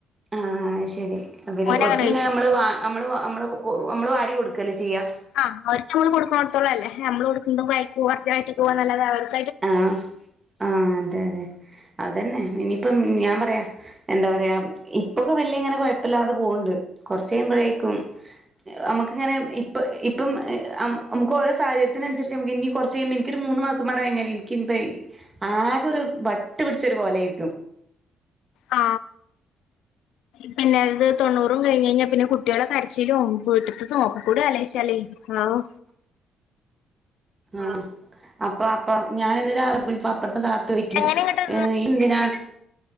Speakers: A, on the right; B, on the left.
A: ആ ശരി ഇവര്
B: ഓനങ്ങനെ
A: ഓര്ക് പിന്നെ
B: കഴിച്ചോളും
A: നമ്മള് നമ്മള് മ്മള് ഒ നമ്മള് വാരി കൊടുക്കല്ലേ ചെയ്യാ
B: ആ അവർക്ക് നമ്മള് കൊടുക്കുന്നോടത്തോളം ല്ലെ നമ്മള് കൊടുക്കുന്നത് <unintelligible> പോവാന്നല്ലതെ ആ
A: ആ ആ അതെ അതെ അതന്നെ ഇനിയിപ്പം ഞാൻ പറയാ എന്താ പറയാ ഇപ്പൊക്കെ വല്ല്യങ്ങനെ കുഴപ്പില്ലാതെ പോവ്ണ്ട് കുറച്ചഴുമ്പോഴേക്കും നമുക്ക് ങ്ങനെ ഇപ്പ ഇപ്പം നമുക്ക് ഓരോ സാഹചര്യത്തിനനുസരിച്ച് മ്മക്ക് ഇനി കുറച്ചഴുമ്പ മ്പം എനിക്കൊരു മൂന്ന് മാസ കഴിഞ്ഞാൽ എനിക്കി പ ആകെരു വട്ട് പിടിച്ച കോലായിരിക്കും
B: ആ <unintelligible> തൊണ്ണൂറും കഴിഞ് കഴിഞ്ഞാൽ പിന്നെ കുട്ടികളെ കര്ച്ചിലും വീട്ട്ത്തെ <unintelligible> കൂടെ അലോയ്ച്ചാലേ ആഹ്
A: ആ അപ്പൊ അപ്പ ഞാൻ അപ്പറത്തെ താ തോയ്ക്കിന്‌
B: എങ്ങനെ ഇങ്ങട്ട്
A: ഏ എന്തിനാണ്